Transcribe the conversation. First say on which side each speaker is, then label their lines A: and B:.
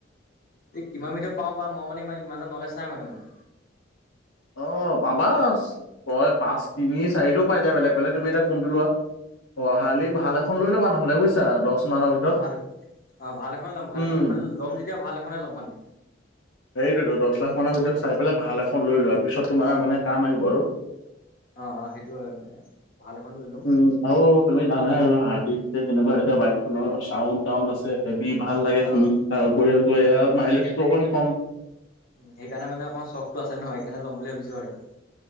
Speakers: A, on the left (about 50°); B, on the left (about 75°).
A: এই কিমান ভিতৰত পাওঁ বা মই মানে ই ইমান এটা ন'লেজ নাই মানে মোৰ।
B: অ পাবা ছয় পাঁচ তিনি চাৰিটো পায় যায় বেলেগ বেলেগ তুমি এতিয়া কোনটো লোৱা? অ' হাৰ্লি ভাল এখন লৈ ল'বা নহ'লে বুইছা দহ মানৰ ভিতৰত
A: ভাল এখন অ' ভাল এখনে ল'ম ভাল
B: উম
A: এখনে ল'ম মানে ল'ম যেতিয়া ভাল এখনে ল'ম মানে।
B: সেই টোৱে টো দহ লাখ মানৰ ভিতৰত চাই পেলাই ভাল এখন লৈ লোৱা। পিছত তোমাৰ মানে কাম আহিব আৰু।
A: অ' অ' সেইটো হয় বাৰু ভাল এখন লৈ ল'ম।
B: উম। আৰু তুমি জানায়ে আৰু হাৰ্লি এতিয়া কেনেকুৱা এতিয়া বাইখনৰ চাউন্ড-টাউন্ড আছে। ভাল লাগে
A: অ
B: শুনি তাৰ উপৰি মাইলেজটো অকণমান কম।
A: উম সেইকাৰণে মানে অকণমান চখটো আছে ন সেইকাৰণে ল'ম বুলি ভাবিছোঁ আৰু় এইখন।